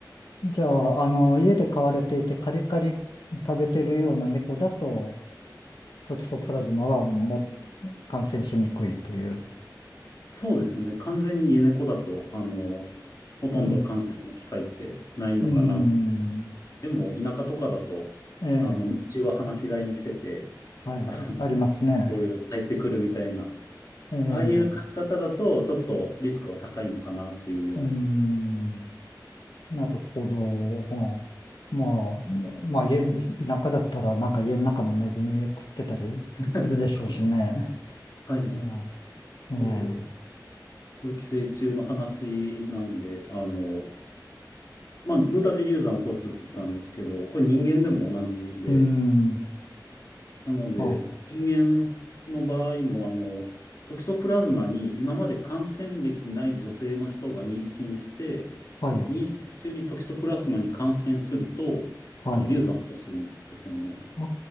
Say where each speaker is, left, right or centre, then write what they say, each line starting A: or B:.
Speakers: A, on the left; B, on the left.
A: じゃあ、あの、家で飼われていてカリカリ食べてるような猫だと、トキソプラズマはも感染しにくいという。
B: そうですね。完全に家猫だと、あの、ほとんど感染の機会ってないのかな。
A: うん。うん。
B: でも、田舎とかだと、
A: ええ。
B: あの、日中は放し飼いにしてて、
A: はい。
B: あの
A: ありますね。
B: 夜帰ってくるみたいな、
A: ええ。
B: ああいう飼い方だと、ちょっとリスクは高いのかなっていうような。
A: うん。なるほど。うんまあ、ねまあ、家、田舎だったら、なんか家の中のネズミ食ってたりするでしょうしね。
B: <laughs> そう。はい。
A: いやええ。
B: なんで、寄生虫の話なんで、あの、まあ、ブータ・デリューザンを起こすって言ったんですけど、これ人間でも同じで、
A: うーん。
B: なので、
A: あ、
B: 人間の場合も、あの、トキソプラズマに今まで感染歴ない女性の人が妊娠して、
A: はい、
B: 妊娠中にトキソプラズマに感染すると、
A: はい。
B: あの、流産を起こすんですよね。
A: あ